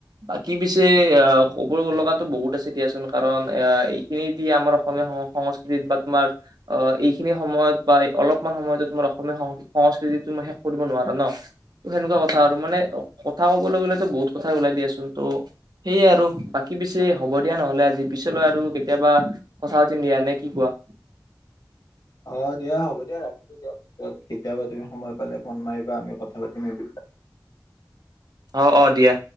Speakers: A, on the right (about 65°); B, on the left (about 70°).
A: বাকী পিছে অ', ক'ব লগাো বহুত আছে দিয়াচোন কাৰণ এ এইখিনি দি আমাৰ অসমীয়া সং সংস্কৃতিত বা তোমাৰ অ', এইখিনি সময়ত বা অলপমান সময়তে তোমাৰ অসমীয়া সং সংস্কৃতিতো শেষ কৰিব নোৱাৰা ন সেনেকুৱা কথা আৰু মানে কথা কবলৈ গ'লেো বহুত কথাই ওলাই দিয়াচোন ত' সেয়ে আৰু বাকী পিছে হ'ব দিয়া নহলে আজি পিছলৈ আৰু কেতিয়াবা অ', চাউথ ইণ্ডিয়া নে কি কোৱা
B: অ', দিয়া হ'ব দিয়া ৰাখিছো দিয়াৰ পিছত কেতিয়াবা তুমি সময় পালে ফোন মাৰিবা আমি কথা পাতিম এই বিষয়ে
A: অ', অ', দিয়া